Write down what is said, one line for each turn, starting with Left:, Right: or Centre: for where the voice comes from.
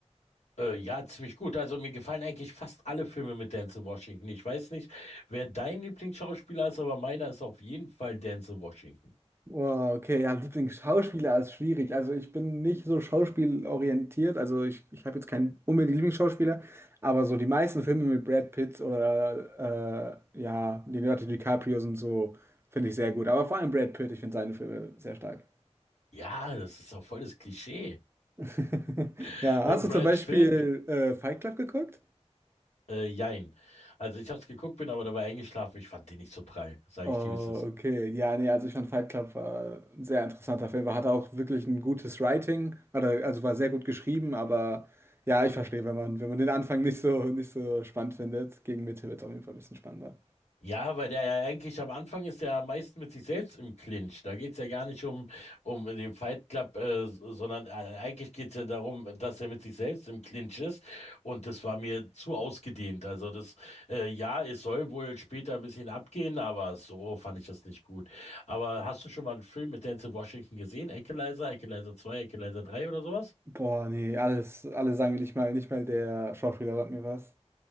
Left: Äh, ja, ziemlich gut. Also mir gefallen eigentlich fast alle Filme mit Denzel Washington. Ich weiß nicht, wer dein Lieblingsschauspieler ist, aber meiner ist auf jeden Fall Denzel Washington.
Right: Oh, okay, ja, Lieblingsschauspieler ist schwierig. Also ich bin nicht so schauspielorientiert. Also ich, ich habe jetzt keinen unbedingt Lieblingsschauspieler, aber so die meisten Filme mit Brad Pitt oder äh, ja, Leonardo DiCaprio sind so, finde ich sehr gut. Aber vor allem Brad Pitt, ich finde seine Filme sehr stark.
Left: Ja, das ist auch volles Klischee.
Right: <laughs>
Left: <laughs>
Right: Ja,
Left: Brad
Right: hast du zum Beispiel
Left: Pitt,
Right: äh, Fight Club geguckt?
Left: Äh, jein. Also ich habe es geguckt, bin aber dabei eingeschlafen. Ich fand den nicht so prall, sage
Right: Oh,
Left: ich dir, wie es ist.
Right: okay. Ja, nee, also ich fand Fight Club war ein sehr interessanter Film. Er hatte auch wirklich ein gutes Writing, oder, also war sehr gut geschrieben, aber ja, ich verstehe, wenn man, wenn man den Anfang nicht so, nicht so spannend findet. Gegen Mitte wird es auf jeden Fall ein bisschen spannender.
Left: Ja, weil der ja eigentlich am Anfang ist der am meisten mit sich selbst im Clinch. Da geht's ja gar nicht um, um den Fight Club, äh, s- sondern äh, eigentlich geht's ja darum, dass er mit sich selbst im Clinch ist. Und das war mir zu ausgedehnt. Also das, äh, ja, es soll wohl später ein bisschen abgehen, aber so fand ich das nicht gut. Aber hast du schon mal einen Film mit Denzel Washington gesehen? Equalizer, Equalizer zwei Equalizer drei oder sowas?
Right: Boah, nee, alles, alle sagen mir nicht mal, nicht mal der Schauspieler sagt mir was.